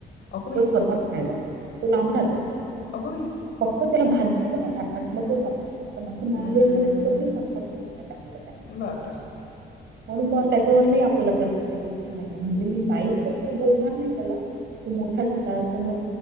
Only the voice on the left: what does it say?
अगो
बाई
अगं बाई
हं.
बापरे